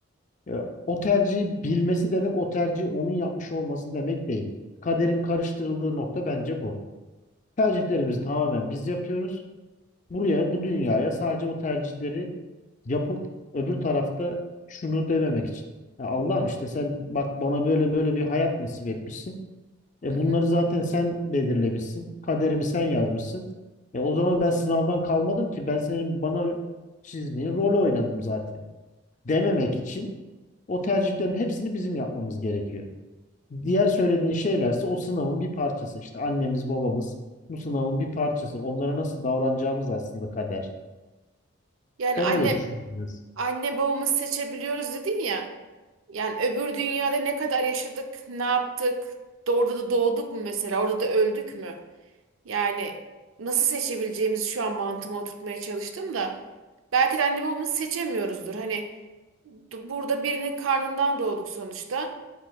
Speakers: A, on the left (about 35°); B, on the right (about 75°).
A: Ya, O tercihi bilmesi demek o tercihi onun yapmış olması demek değil. Kaderin karıştırıldığı nokta bence bu. Tercihlerimizi tamamen biz yapıyoruz. buraya, bu dünyaya sadece o tercihleri yapıp öbür tarafta şunu dememek için. Ya Allah'ım işte sen bak bana böyle böyle bir hayat nasip etmişsin. E
B: Hı hı.
A: bunları zaten sen belirlemişsin. Kaderimi sen yazmışsın. E o zaman ben sınavdan kalmadım ki. Ben senin bana çizdiğin rolü oynadım zaten. Dememek için o tercihlerin hepsini bizim yapmamız gerekiyor. Diğer söylediğin şeylerse o sınavın bir parçası. İşte annemiz, babamız bu sınavın bir parçası. Onlara nasıl davranacağımız aslında kader.
B: Yani
A: Ben
B: anne
A: öyle düşünüyorum biraz.
B: anne babamızı seçebiliyoruz dedin ya. Yani öbür dünyada ne kadar yaşadık, ne yaptık, orada da doğduk mu mesela, orada da öldük mü? Yani nasıl seçebileceğimizi şu an mantığıma oturtmaya çalıştım da belki de anne babamızı seçemiyoruzdur. Hani d- burada birinin karnından doğduk sonuçta.